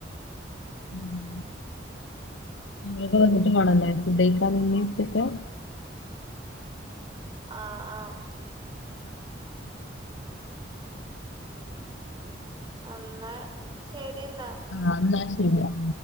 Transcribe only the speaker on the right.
ആഹ് ആഹ് എന്നാ ശെരി ന്നാ